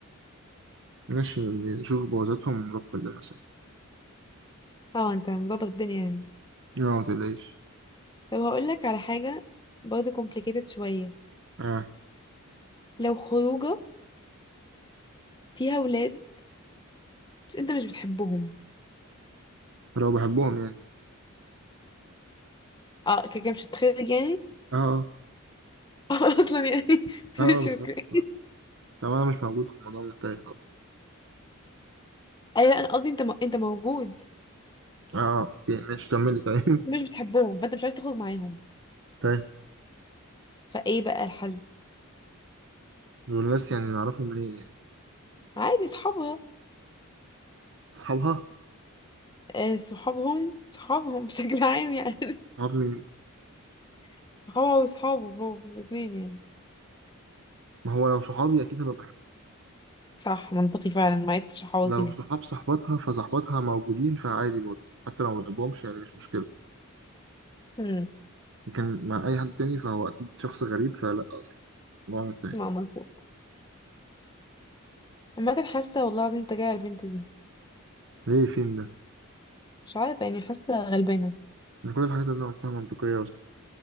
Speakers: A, on the right (about 60°); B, on the left (about 20°).
A: ماشي يعني شوف بوظتهم نروح كلنا سوا
B: اه انت مظبط الدنيا يعني
A: لا ما تقلقش
B: طب هقول لك على حاجة برضه complicated شوية
A: اه
B: لو خروجة فيها ولاد بس انت مش بتحبهم
A: لو بحبهم يعني
B: اه كده كده مش هتخرج يعني
A: اه اه
B: <laughs> اه اصلا يعني <laughs>
A: اه
B: مش
A: آه، بالظبط
B: اوكي
A: خلاص طب انا مش موجود في الموضوع منتهي خلاص
B: اي لا انا قصدي انت م... انت موجود
A: اه آه، اوكي ماشي كملي طيب
B: انت
A: <laughs>
B: مش بتحبهم فانت مش عايز تخرج معاهم
A: طيب
B: فايه بقى الحل
A: والناس يعني نعرفهم منين يعني
B: عادي صحابها
A: اصحابها
B: آه صحابهم صحابهم بشكل عام يعني
A: صحاب مين
B: <laughs> صحابها وصحابه هو الاثنين يعني
A: ما هو لو صحابي اكيد هبقى بحبهم
B: صح منطقي فعلا ما عرفتش احوط
A: لو
B: دي
A: صحاب صاحبتها فصاحبتها موجودين فعادي برضه حتى لو ما بحبهمش يعني مش مشكلة
B: امم
A: لكن مع أي حد تاني فهو أكيد شخص غريب فلا أصلا الموضوع منتهي
B: لا مظبوط عامة حاسة والله العظيم تجاه البنت دي
A: ليه فين ده؟
B: مش عارفة يعني حاسة غلبانة
A: إن كل الحاجات اللي أنا قلتها منطقية